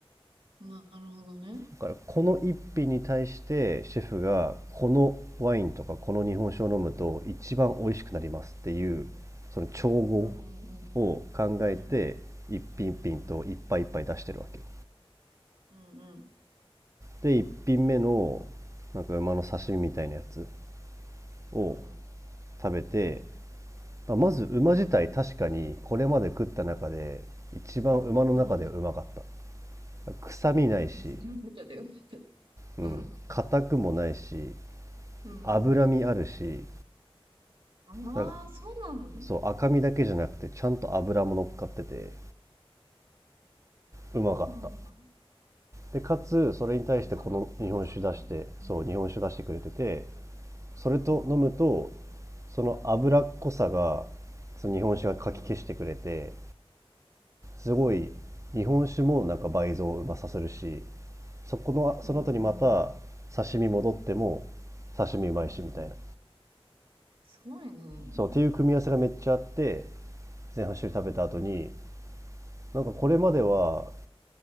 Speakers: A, on the right (about 60°); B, on the right (about 30°).
A: あ、なるほどね。
B: だからこの一品に対してシェフがこのワインとかこの日本酒を飲むと一番美味しくなりますっていうその調合
A: うんうんうん。
B: を考えて一品一品といっぱいいっぱい出してるわけよ
A: うん、うん、うん、
B: で一品目のなんか馬の刺身みたいなやつを
A: うん、うん、
B: 食べて、まあまず馬自体確かにこれまで食った中で一番馬の中でうまかった
A: うん。うん。
B: 臭みないし、
A: よかったよかった。
B: うん、
A: うん、
B: 硬くもないし
A: うん。
B: 脂身あるし
A: ああ、
B: なんか
A: そうなのそ
B: そう赤身だけじゃなくてちゃんと脂も乗っかっててうまかった
A: うなんだ。
B: でかつそれに対してこの日本酒出してそう日本酒出してくれてて
A: 馬、馬だけに。うん、うん、
B: それと飲むと
A: うん。
B: その脂っこさがその日本酒がかき消してくれて
A: うん。
B: すごい日本酒もなんか倍増うまさせるしそこのその後にまた刺身戻っても
A: うん。
B: 刺身うまいしみたいな
A: うん。すごいね。
B: そうっていう組み合わせがめっちゃあって前半種食べた後に
A: うん。
B: なんかこれまでは
A: うん。